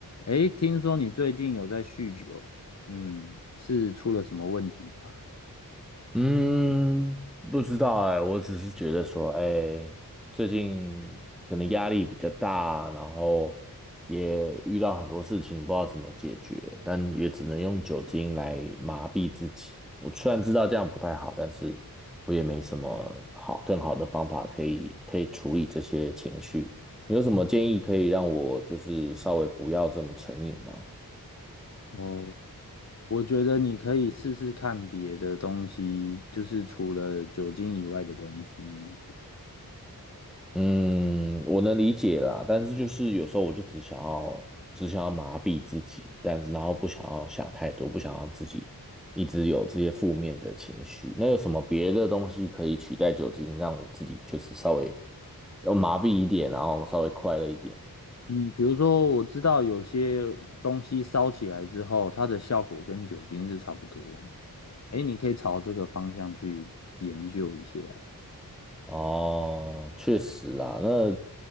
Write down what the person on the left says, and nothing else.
诶，听说你最近有在酗酒，嗯，是出了什么问题吗？
哦，我觉得你可以试试看别的东西，就是除了酒精以外的东西。
嗯，比如说我知道有些东西烧起来之后，它的效果跟酒精是差不多。诶，你可以朝这个方向去研究一下。